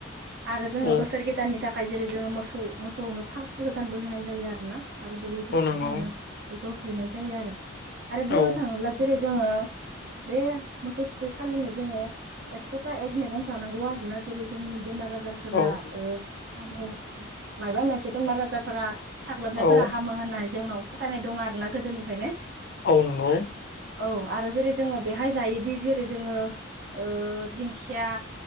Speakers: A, on the right (about 55°); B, on the left (about 55°).
A: आरो जोंङो
B: औ
A: बोसोर गोदाननि थाखाय जेरै जोंङो मोसौ मोसौनो फाग गोदानबो होनाय जायो आरो ना। आरो दुब्लिफोर
B: औ नंगौ
A: जोंङो बेखौ हैनाय जायो आरो आरो
B: औ
A: बुंनो थांङोब्ला जेरै जोंङो बे मोसौ थुखै खालिनो जोंङो एकस'था एक मैगं जानांगौ आरो ना जेरै जोंनि बेमार आजार फोरा
B: औ
A: ओ हामो माइबा मोनसे बेमार आजारफोरा साग्लोबनायफोरा
B: औ
A: हाम हामो होननानै जोंनाव फोथायनाय दं आरो ना गोदोनिफ्रायनो।
B: औ नंगौ
A: औ आरो जेरै जोंङो बेहाय जायोदि जेरै जोंङो ओ दिंखिया